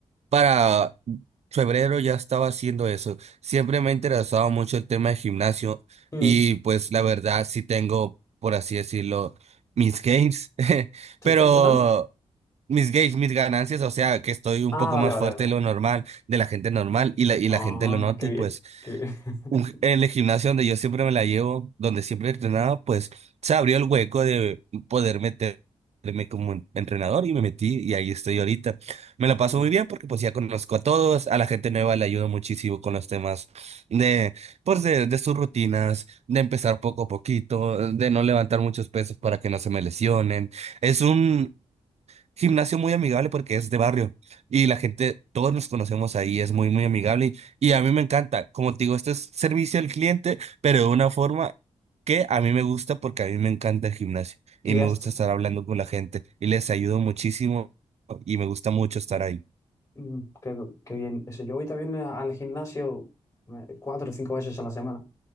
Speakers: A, on the right; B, on the left.
A: Para febrero ya estaba haciendo eso. Siempre me ha interesado mucho el tema de gimnasio
B: Mm.
A: y pues la verdad sí tengo, por así decirlo, mis gains, <laughs>
B: ¿Tus
A: pero
B: qué, perdón?
A: mis gains, mis ganancias, o sea que estoy un
B: Ah,
A: poco
B: vale,
A: más
B: vale,
A: fuerte
B: vale.
A: de lo normal, de la gente normal y la, y
B: Ah,
A: la gente lo nota
B: qué
A: y
B: bien,
A: pues
B: qué bien. <laughs>
A: un en el gimnasio donde yo siempre me la llevo, donde siempre entrenaba, pues se abrió el hueco de poder meterme como en- entrenador y me metí y ahí estoy ahorita. Me la paso
B: Mm.
A: muy bien porque pues ya conozco a todos, a la gente nueva le ayudo muchísimo con los temas de, pues de, de sus rutinas, de empezar poco a poquito, de no levantar muchos pesos para que no se me lesionen. Es un gimnasio muy amigable porque es de barrio y la gente, todos nos conocemos ahí, es muy, muy amigable y, y a mí me encanta. Como te digo, este es servicio al cliente, pero de una forma que a mí me gusta porque a mí me encanta el gimnasio
B: Y
A: y me
B: has,
A: gusta estar hablando con la gente y les ayudo muchísimo y me gusta mucho estar ahí.
B: mm, qué, qué bien. Eso, yo voy también a- al gimnasio eh, cuatro o cinco veces a la semana.